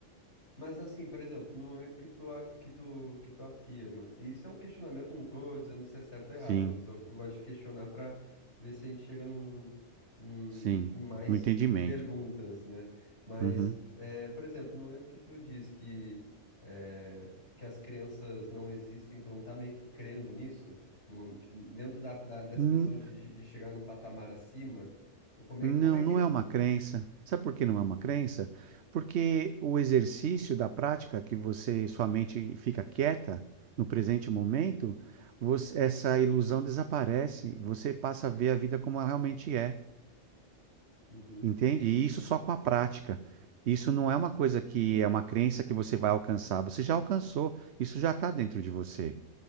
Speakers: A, on the left; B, on the right.
A: Mas assim, por exemplo, no momento que tu, a- que tu, que tu afirma, e isso é um questionamento, não tô dizendo se é certo ou errado,
B: Sim,
A: eu só gosto de questionar pra ver se a gente chega num, num-
B: sim,
A: em mais
B: no entendimento.
A: perguntas, né? Mas,
B: Uhum.
A: é, por exemplo, no momento que tu diz que, é, que as crenças não existem, tu não tá meio que crendo nisso, No mom- tipo, dentro da, da- dessa
B: Hum,
A: questão de, de, de chegar num patamar acima, como
B: Não,
A: é, que- como é que
B: não
A: tu...
B: é uma crença. Sabe por que
A: Uhum,
B: não é uma crença? Porque o exercício da prática, que você, sua mente fica quieta no presente momento, você- essa ilusão desaparece. Você passa a ver a vida como ela realmente é,
A: uhum,
B: entende? E isso só com a prática. Isso não é uma coisa que é uma crença que você vai alcançar. Você já alcançou. Isso já está dentro de você.